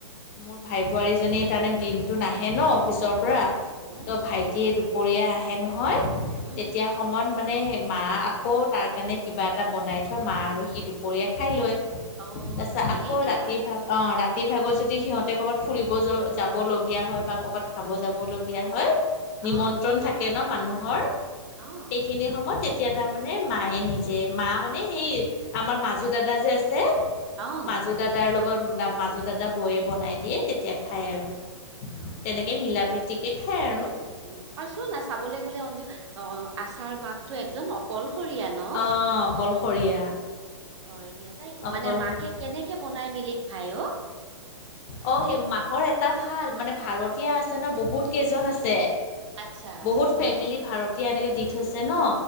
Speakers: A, on the left; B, on the right.
A: মোৰ ভাই বোৱাৰীজনীৰ তাৰমানে দিনটো নাহে ন' অফিচৰ পৰা,
B: নাহে উম,
A: ত' ভাইটিয়ে দুপৰীয়া আহে নহয়,
B: উম,
A: তেতিয়া সময়ত <unintelligible> মাঁ আকৌ তাৰ কাৰণে কিবা এটা বনাই থয়, মাঁ আৰু সি দুপৰীয়া খাই লয়।
B: অ',
A: তাৰপিছত
B: ভালেই
A: আকৌ
B: দিয়া
A: ৰাতি ভাগ অ' ৰাতিৰ ভাগত যদি সিহঁতে ক'ৰবাত ফুৰিব য-যাবলগীয়া হয় বা ক'ৰবাত খাব যাবলগীয়া হয়, নিমন্ত্ৰণ
B: অ',
A: থাকে ন' মানুহৰ।
B: অ'।
A: এইখিনি সময়ত তেতিয়া তাৰমানে মায়ে নিজে মাঁ মানে সেই আমাৰ মাজু দাদা যে আছে।
B: অ',
A: মাজু দাদাৰ লগত দা মাজু দাদা বৈয়ে বনাই দিয়ে তেতিয়া খায়
B: অ',
A: আৰু।
B: আচ্ছা।
A: তেনেকে মিলা প্ৰীতিকে খায় আৰু।
B: উম, আৰু চোৱা না চাবলৈ গ'লে অঞ্জু অ' আছাৰ মাকটো একদম অকলশৰীয়া। ন?
A: অ অকলশৰীয়া
B: হয় দিয়া তাই
A: অকলশৰীয়া
B: মানে মাকে কেনেকে বনাই মেলি খায় অ
A: অ সেই মাকৰ এটা ভাল মানে ভাড়াতীয়া আছে ন বহুত কেইজন আছে
B: আচ্ছা
A: বহুত ফেমিলি ভাড়তীয়া এনেকে দি থৈছে ন